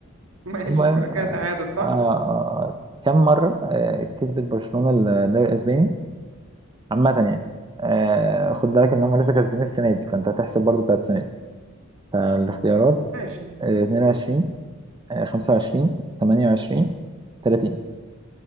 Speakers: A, on the right; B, on the right.
A: <laughs> ماشي
B: المهم
A: يبقى كده
B: آه
A: تعادل صح
B: آه آه، كم مره آه كسبت برشلونه الدوري الاسباني عامه يعني آه خد بالك ان هم لسه كاسبين السنه دي فانت هتحسب برضو بتاعت السنه دي فالاختيارات
A: ماشي
B: آه 22 آه 25 28 30